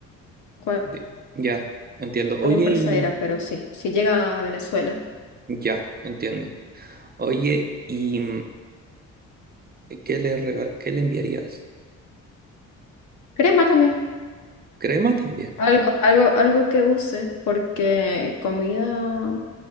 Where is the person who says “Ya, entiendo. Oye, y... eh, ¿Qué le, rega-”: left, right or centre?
Right